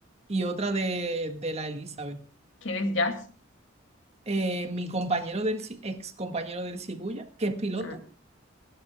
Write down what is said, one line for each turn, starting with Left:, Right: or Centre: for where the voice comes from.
Right: y otra de, de la Elizabeth.
Left: ¿Quién es Jazz?
Right: Eh, mi compañero del, ci- ex compañero del Cibuya, que es piloto,
Left: Ah,